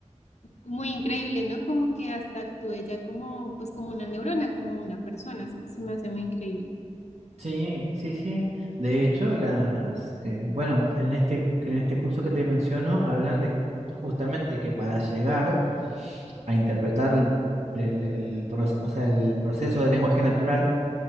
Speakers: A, on the left (about 65°); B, on the right (about 65°).
A: muy increíble, ¿no? Como que hasta actúe ya como, pues como una neurona, como una persona, se, se me hace muy increíble.
B: Sí, sí, sí. De hecho, las, eh, bueno, en este, en este curso que te menciono, hablan de justamente que para llegar a interpretar el, el pro- o sea, el proceso del lenguaje natural,